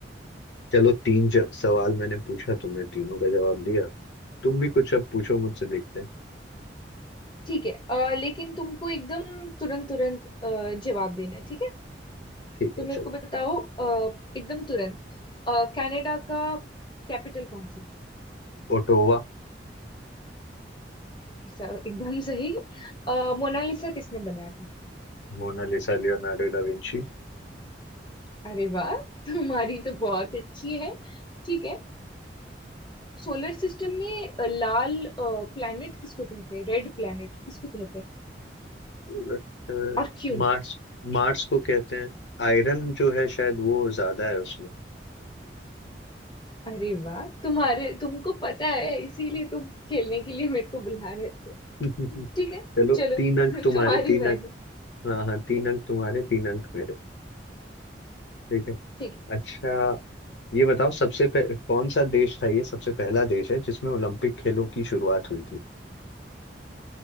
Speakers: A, on the left (about 80°); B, on the left (about 25°).
A: चलो तीन ज, सवाल मैंने पूछा तुमने तीनों का जवाब दिया तुम भी कुछ अब पूछो मुझसे देखते हैं
B: ठीक है अ, लेकिन तुमको एकदम तुरंत तुरंत अ, जवाब देना है ठीक है
A: ठीक
B: तो
A: है
B: मेरे
A: चलो
B: को बताओ अ, एकदम तुरंत अ, कनाडा का कैपिटल कौन सा है?
A: Ottawa
B: स- एकदम सही अ, मोनालिसा किसने बनाया था
A: Mona Lisa Leonardo da Vinci
B: अरे वाह तुम्हारी तो बहुत अच्छी है ठीक है सोलर सिस्टम में अ, लाल प्लैनेट किसको कहते हैं रेड प्लैनेट किसको कहते हैं
A: लगता है
B: और क्यों
A: मार्स मार्स को कहते हैं आयरन जो है शायद वो ज्यादा है उसमें
B: अरे वाह तुम्हारे तुमको पता है इसीलिए तुम खेलने के लिए मेरे को बुला रहे थे
A: <laughs>
B: ठीक है
A: चलो
B: चलो
A: तीन अंक
B: <laughs>
A: तुम्हारे
B: तुम्हारी
A: तीन
B: बारी
A: अंक हाँ हाँ तीन अंक तुम्हारे तीन अंक मेरे ठीक है
B: ठीक है।
A: अच्छा ये बताओ सबसे पह, कौन सा देश था ये सबसे पहला देश है जिसमें ओलंपिक खेलों की शुरुआत हुई थी